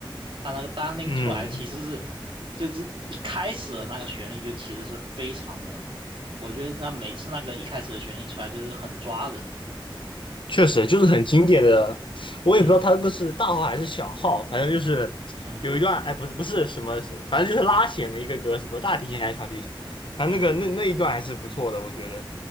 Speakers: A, on the right (about 80°); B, on the left (about 70°).
A: 它那个单拎出来其实是
B: 嗯。
A: 就是一开始的那个旋律就其实是非常的。我觉得那每次那个一开始的旋律出来就是很抓人，
B: 确实就是很经典的，我也不知道他那个是大号还是小号，
A: 嗯
B: 反正就是有一段，
A: 嗯
B: 哎，不是不是什么，反正就是拉弦的一个歌，什么大提琴还是小提琴，反正那个那那一段还是不错的，
A: 嗯
B: 我觉得。